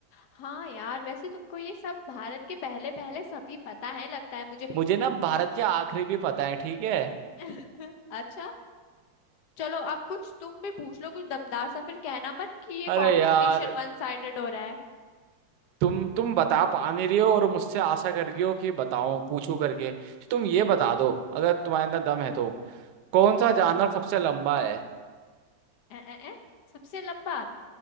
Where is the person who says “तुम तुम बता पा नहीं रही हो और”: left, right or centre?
Right